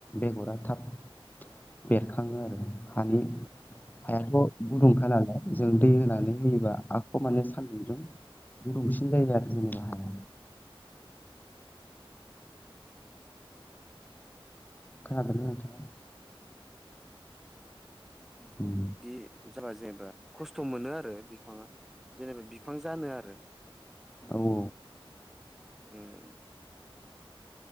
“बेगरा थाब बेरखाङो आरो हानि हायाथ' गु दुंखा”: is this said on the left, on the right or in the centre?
Left